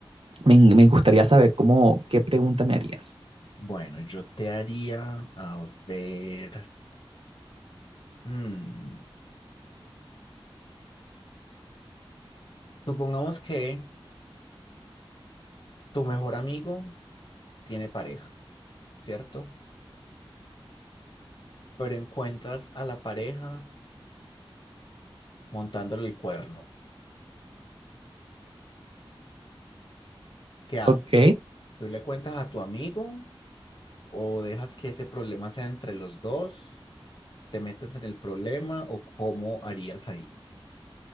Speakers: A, on the right; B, on the left.
A: me, me gustaría saber cómo, qué pregunta me harías.
B: bueno, yo te haría, a ver. Mm, Supongamos que tu mejor amigo tiene pareja, ¿cierto? Pero encuentras a la pareja montándole el cuerno. ¿Qué haces?
A: Ok,
B: ¿Tú le cuentas a tu amigo o dejas que ese problema sea entre los dos? ¿Te metes en el problema o cómo harías ahí?